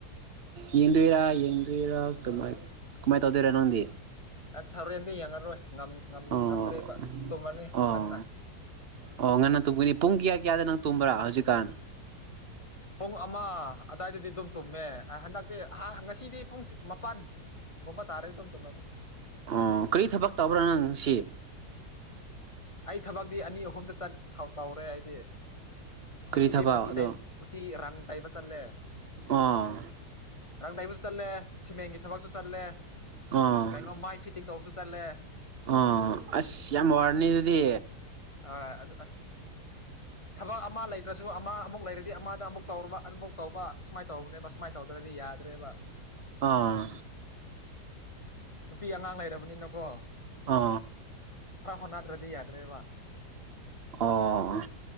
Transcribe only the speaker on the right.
ꯌꯦꯡꯗꯣꯏꯔꯥ ꯌꯦꯡꯗꯣꯏꯔꯥ ꯀꯃꯥꯏ ꯀꯃꯥꯏ ꯇꯧꯗꯣꯏꯔꯥ ꯅꯪꯗꯤ
ꯑꯣ
ꯑꯣ
ꯑꯣ ꯉꯟꯅ ꯇꯨꯝꯒꯅꯤ ꯄꯨꯡ ꯀꯌꯥ ꯀꯌꯥꯗ ꯅꯪ ꯇꯨꯝꯕ꯭ꯔꯥ ꯍꯧꯖꯤꯛꯀꯥꯟ
ꯑꯣ ꯀꯔꯤ ꯊꯕꯛ ꯇꯧꯕ꯭ꯔꯥ ꯅꯪ ꯉꯁꯤ
ꯀꯔꯤ ꯊꯕꯛ
ꯑꯥ
ꯑꯣ
ꯑꯣ ꯑꯁ ꯌꯥꯝ ꯋꯥꯔꯅꯤ ꯑꯗꯨꯗꯤ
ꯑꯥ
ꯑ
ꯑꯣ